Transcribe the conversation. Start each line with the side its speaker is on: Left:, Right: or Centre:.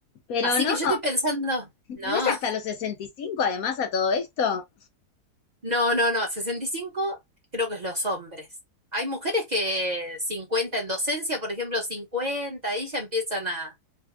Left: Pero
Right: Así
Left: no,
Right: que yo estoy pensando, no,
Left: no es hasta los 65. además a todo esto.
Right: <laughs> no, no, no, 65 creo que es los hombres. Hay mujeres que 50 en docencia, por ejemplo, 50 y ya empiezan a,